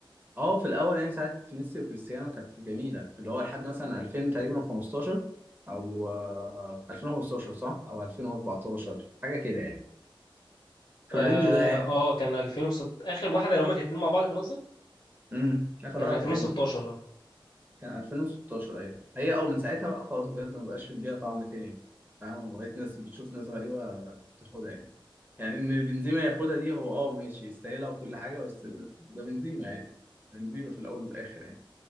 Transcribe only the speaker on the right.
اه في الاول يعني ساعه ميسي وكريستيانو كانت جميله اللي هو لحد مثلا 2000 تقريبا 15 او آه، 2015 صح او 2014 حاجه كده يعني في
الرينج ده يعني
امم اخر
واحده
كانت امتى
كان 2016 ايوه هي او من ساعتها بقى خلاص بجد ما بقاش ليها طعم تاني فاهم بقيت ناس بتشوف ناس غريبه تاخدها يعني يعني ان بنزيما ياخدها دي هو اه ماشي يستاهلها وكل حاجه بس ده بنزيما يعني بنزيما في الاول والاخر يعني